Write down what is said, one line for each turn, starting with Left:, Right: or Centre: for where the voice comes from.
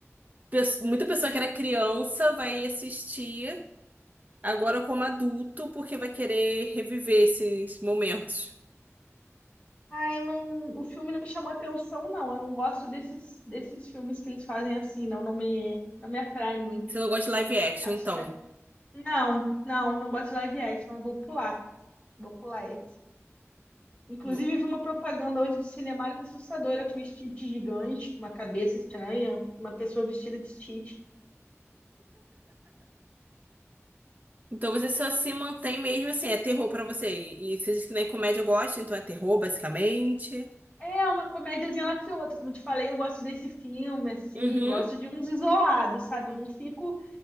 Right: pe- muita pessoa que era criança vai assistir, Agora como adulto, porque vai querer reviver esses momentos.
Left: ai, eu não, o filme não me chamou atenção, não. Eu não gosto desses, desses filmes que eles fazem assim, não, não me, não me atrai muito.
Right: Você não gosta de live action,
Left: Acho
Right: então.
Left: que é. Não, não, não gosto de live action, eu vou pular. Vou pular esse. Inclusive,
Right: Vo-
Left: vi uma propaganda hoje do Cinemark assustadora com um Stitch gigante, com uma cabeça estranha, uma pessoa vestida de Stitch.
Right: Então você só se mantém mesmo assim, é terror pra você. E, e você diz que nem comédia gosta, então é terror, basicamente.
Left: É uma comédiazinha lá que outra. Como te falei, eu gosto desse filme, assim,
Right: Uhum,
Left: gosto de uns isolados, sabe? Eu não fico